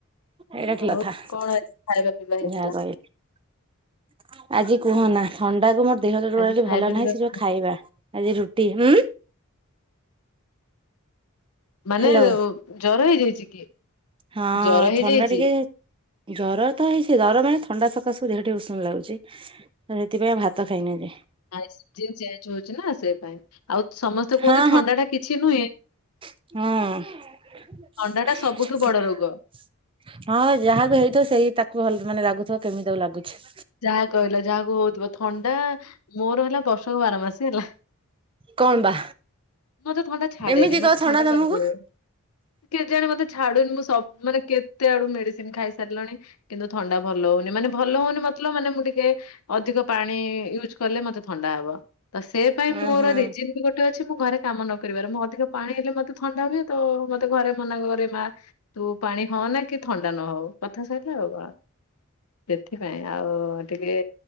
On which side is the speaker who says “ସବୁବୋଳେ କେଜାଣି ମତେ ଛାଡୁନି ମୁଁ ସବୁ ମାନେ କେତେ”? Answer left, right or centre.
Left